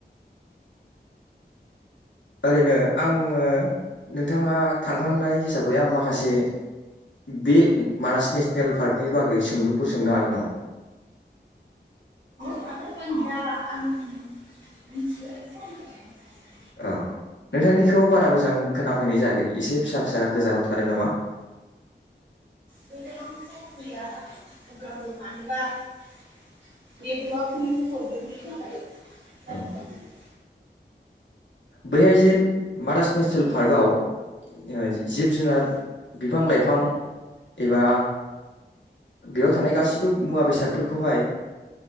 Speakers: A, on the left (about 85°); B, on the right (about 85°).
A: ओरैनो आङो नोंथाङा थांखांनाय हिसाबै आं माखासे बे मानास नेसनेल पार्कनि बागै सोंलुफोर सोंनो हागोन नामा?
B: <inaudible>
A: औ नोंथांनिखौ बारा मोजां खोनाफैनाय जायाखै एसे फिसा फिसा गोजानाव थादों नामा?
B: गोजानावथ' गैया आं अब्लाबो मानोबा नेटवारकनि प्रब्लेमनि थाखाय जादों
A: ओं
B: जानांगौ।
A: बैहाय जे मानास नेसनेल पार्कआव जे जिब जुनार
B: औ
A: बिफां लाइ फां एबा बेयाव थानाय गासिबो मुवा बेसादफोरखौहाय